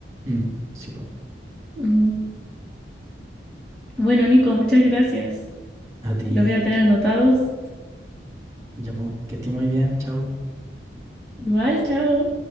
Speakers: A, on the right; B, in the centre.
A: Mm, sí, po.
B: <laughs> Ujú. Bueno, Nico, muchas gracias.
A: A ti,
B: Los voy a tener
A: que-
B: anotados.
A: ya, po. Que estés muy bien, chao.
B: Igual, chao.